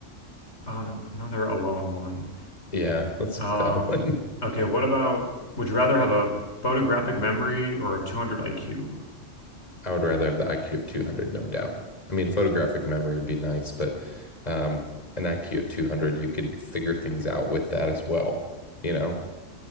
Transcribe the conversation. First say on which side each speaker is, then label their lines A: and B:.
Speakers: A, on the left; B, on the left.
A: Uh, another alone one.
B: Yeah, <laughs> let's skip
A: Um,
B: that one.
A: okay, what about would you rather have a photographic memory or a 200 IQ?
B: <laughs> I would rather have the IQ of 200, no doubt. I mean, photographic memory would be nice, but um, an IQ of 200, you could figure things out with that as well, you know?